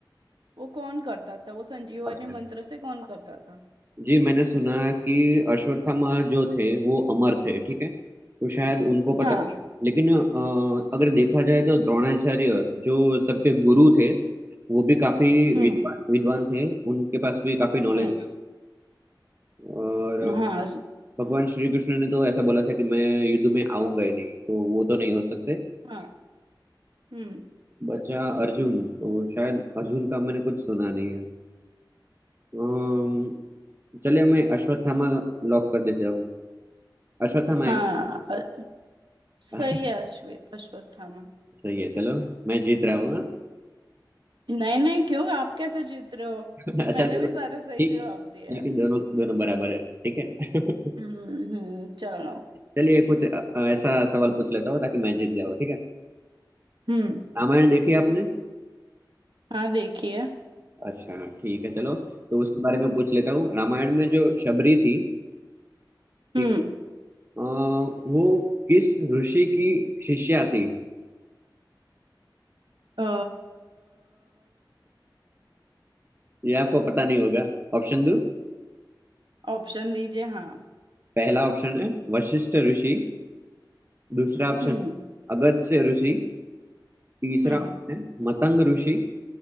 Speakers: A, on the right; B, on the right.
A: वो कौन करता था वो संजीवनी
B: अच्छा
A: मंत्र से कौन करता था
B: जी मैंने सुना कि अश्वत्थामा जो थे वो अमर थे ठीक है तो शायद उनको पता
A: हाँ
B: था। लेकिन अ, अगर देखा जाए तो द्रोणाचार्य जो सबके गुरु थे वो भी काफी
A: हम्म
B: विद्वान विद्वान थे उनके पास भी काफी नॉलेज
A: हम्म
B: और
A: हाँ स-
B: भगवान श्री कृष्ण ने तो ऐसा बोला था कि मैं युद्ध में आऊंगा ही नहीं तो वो तो नहीं हो सकते
A: हाँ हम्म
B: बचा अर्जुन तो शायद अर्जुन का मैंने कुछ सुना नहीं है अम्म, चलिए मैं अश्वत्थामा लॉक कर देता हूँ अश्वत्थामा
A: हाँ
B: एक-
A: अ- सही
B: <laughs>
A: है अश्वित अश्वत्थामा
B: सही है चलो मैं जीत रहा हूँ हाँ।
A: नहीं नहीं क्यों आप कैसे जीत रहे हो
B: <laughs> अच्छा
A: मैंने
B: दोनों
A: भी
B: ठीक
A: सारे सही जवाब
B: है, ठीक
A: दिए हैं।
B: है दोनों दोनों बराबर है ठीक है
A: हम्म
B: <laughs>
A: हम्म चलो
B: चलिए कुछ अ- अ- ऐसा सवाल पूछ लेता हूँ ताकि मैं जीत जाऊँ ठीक है
A: हम्म
B: रामायण देखी है आपने
A: हाँ देखिए
B: अच्छा ठीक है चलो तो उसके बारे में पूछ लेता हूँ रामायण में जो शबरी थी ठीक
A: हम्म
B: अ, वो किस ऋषि की शिष्या थी
A: अ,
B: ये आपको पता नहीं होगा ऑप्शन दो
A: ऑप्शन दीजिए हाँ
B: पहला ऑप्शन है वशिष्ठ ऋषि दूसरा ऑप्शन
A: हम्म
B: है अगस्त्य ऋषि तीसरा
A: हम्म
B: ऑप्शन है मतंग ऋषि